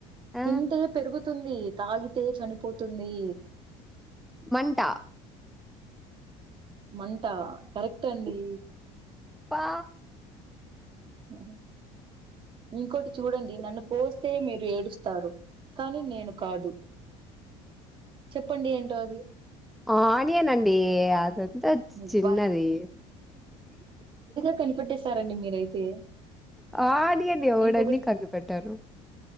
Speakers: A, in the centre; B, on the right.
A: ఆ
B: తింటే పెరుగుతుంది తాగితే చనిపోతుంది
A: మంట
B: మంట కరెక్ట్ అండి
A: ఫా
B: అ ఇంకోటి చూడండి నన్ను కోస్తే మీరు ఏడుస్తారు కానీ నేను కాదు చెప్పండి ఏంటో అది
A: ఆ ఆనియన్ అండి అదంత
B: అబ్బా
A: చిన్నది
B: <unintelligible> కనిపెట్టేేశారండి మీరైతే
A: ఆనియన్ ఎవడండి
B: ఇంకొకటి
A: కని పెట్టరు